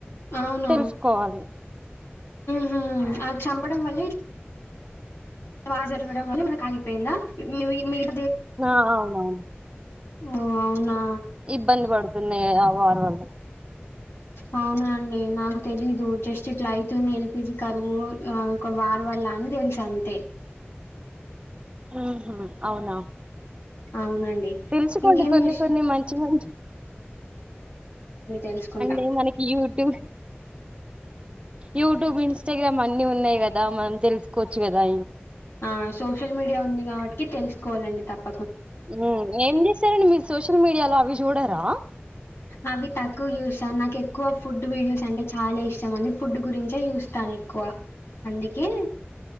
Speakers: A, on the left; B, on the right.
A: అవునా
B: తెలుసుకోవాలి
A: ఉమ్ ఆ చంపడం వల్లే ఇద్ వార్ జరగడం వల్లే మనకాగిపోయిందా మీ మీ మీర్
B: ఆ అవునవును
A: ఓ అవునా
B: ఇబ్బంది పడుతున్నయి అగొ ఆడి వల్ల
A: అవునా అండి నాకు తెలీదు జస్ట్ ఇట్లా అయితుంది ఎల్ పి జి కరువు ఆ ఒక వార్ వల్ల అని తెలుసంతే
B: ఉమ్ హు అవునా
A: అవునండి
B: తెలుసుకోండి
A: ఇంకేం
B: కొన్ని
A: జేశిల్
B: కొన్ని మంచి మంచి
A: తెలుసుకుంటాం
B: అంటే మనకి యూట్యూబ్ యూట్యూబ్, ఇన్స్టాగ్రామ్ అన్ని ఉన్నాయి గదా మనం తెలుసుకోవచ్చు గదా
A: ఆ సోషల్ మీడియా ఉంది గాబట్కి తెలుసుకోవాలండి తప్
B: ఉమ్ ఏమేం చేస్తరండి మీరు సోషల్ మీడియాల అవి జూడరా
A: అవి తక్కువ చూస్తాను నాకెక్కువ ఫుడ్ వీడియోస్ అంటే చాలా ఇష్టం అండి, ఫుడ్ గురించే చూస్తాను ఎక్కువ అందుకే